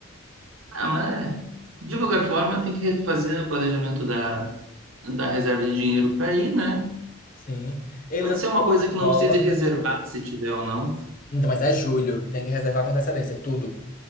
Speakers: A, on the right; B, on the left.
A: Ah, mas é, de qualquer forma tem que refazer o planejamento da, da reserva de dinheiro para ir, né?
B: Sim. Eles
A: Pode
B: assinam
A: ser uma coisa
B: bastante
A: que não
B: dólar.
A: precise reservar se tiver ou não.
B: Então, mas é julho. Tem que reservar com antecedência. Tudo.